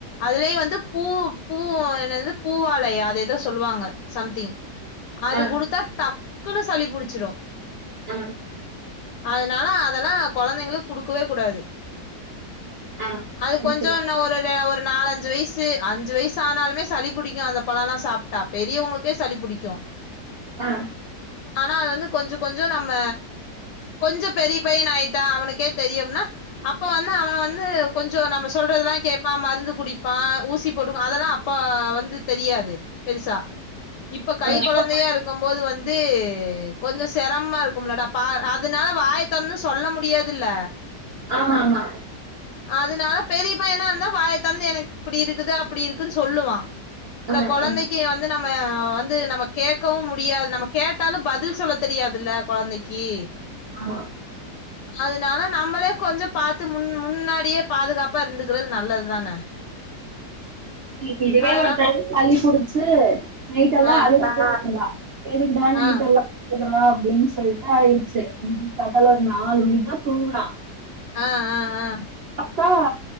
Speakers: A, on the left; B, on the right.
A: அதுலயே வந்து பூ பூ என்னது பூவாழையா அது சொல்லுவாங்க சம்திங் அது
B: ஆ
A: குடுத்தா டக்குன்னு சளிபுடிச்சிடும்
B: ஆ
A: அதனால அதெல்லாம் கொழந்தைங்களுக்கு குடுக்கவே கூடாது
B: ஆ
A: அது
B: சரி
A: கொஞ்சம்
B: சரி
A: இன்ன ஒரு ஒரு நாலஞ்சி வயசு அஞ்சு வயசு ஆனாலுமே சளி புடிக்கும் அந்த பழம் எல்லாம் சாப் ட பெரிய உங்களு ஏ சளி புடிக்கும்
B: ஆ
A: ஆனா அது வந்து கொஞ்சம் கொஞ்சம் நம்ம கொஞ்சம் பெரிய பையன் ஆயிட்டான் அவனுக்கே தெரியும்னா அப்ப வந்து அவன் வந்து கொஞ்சம் நம்ம சொல்றதெல்லாம் கேட்பான் மருந்து குடிப்பான் ஊசி போட்டுக்கும் அதெல்லாம் அப்ப வந்து தெரியாது பெருசா இப்ப கை
B: ஆ
A: கொழந்தையா இருக்கும் போது வந்து கொஞ்ச செரம்மா இருக்கும்லடா பா அதுனால வாய தொறந்து சொல்ல முடியாதுல்ல
B: ஆமா ஆமா
A: அதுனால பெரியபையனா இருந்தா வாய தொறந்து எனக்கு இப்டி இருக்குது அப்டி இருக்குன் சொல்லுவா இந்த
B: ஆ
A: கொழந்தைக்
B: ஆ
A: வந்து நம்ம வந்து நம்ம கேக்கவு முடியாது நம்ம கேட்டாலு பதில் சொல்லத் தெரியாதுல கொழந்தைக்கி
B: ஆமா
A: அதனால நம்மளே கொஞ்ச பாத்து முன் முன்னாடியே பாதுகாப்பா இருந்துக்கிறது நல்லதுதான
B: பிள்ளைக்கு இதுவே
A: அதனால
B: ஒரு டைம் சளி புடிச் சு நைட் எல்லா
A: ஆ
B: அழுதிட்டே இருந்தா எதுக்குதா நைடெல்லா
A: ஆ
B: கூப்புட்றான் அப்டின் சொல்ட்டு ஆயிருச்சு விடிய காத்தால நாலு மணிக்கு தா தூங்குனா
A: ஆஹ் ஆஹ் ஆஹ்
B: அக்கா